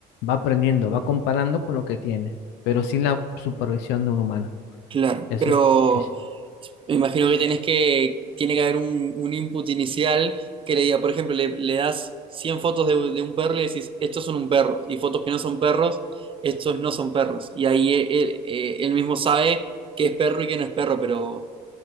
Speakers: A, on the left; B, on the right.
A: va aprendiendo, va comparando con lo que tiene, pero sin la supervisión de un humano.
B: Claro,
A: Eso
B: pero
A: es. que-
B: Me imagino que tenés que, tiene que haber un, un input inicial que le diga, por ejemplo, le, le das 100 fotos de, de un perro y le decís, estos son un perro, y fotos que no son perros, estos no son perros. Y ahí e- él, eh, él mismo sabe qué es perro y qué no es perro, pero